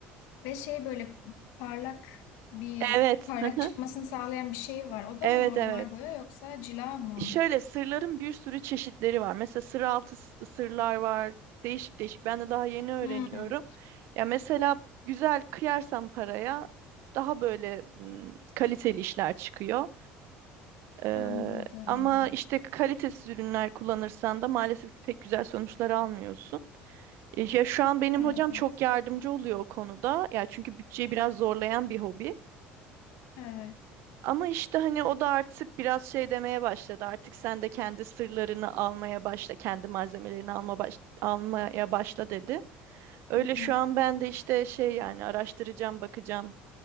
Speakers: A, on the left; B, on the right.
A: Ve şey böyle parlak bir
B: Evet.
A: parlak
B: <laughs>
A: çıkmasını sağlayan bir şey var. O da
B: Evet,
A: mı normal
B: evet.
A: boya yoksa cila mı?
B: Şöyle sırların bir sürü çeşitleri var. Mesela sır altı s- sırlar var. Değişik değişik. Ben de daha yeni öğreniyorum.
A: Hmm.
B: Ya mesela güzel kıyarsan paraya daha böyle mm, kaliteli işler çıkıyor. Ee,
A: Anladım.
B: ama işte kalitesiz ürünler kullanırsan da maalesef ki pek güzel sonuçlar almıyorsun. E, Ya şu an benim
A: Evet.
B: hocam çok yardımcı oluyor o konuda. Ya çünkü bütçeyi biraz zorlayan bir hobi.
A: Evet.
B: Ama işte hani o da artık biraz şey demeye başladı. Artık sen de kendi sırlarını almaya başla, kendi malzemelerini alma baş- almaya başla dedi. Öyle
A: Hı
B: şu
A: hı.
B: an ben de işte şey yani araştıracağım, bakacağım.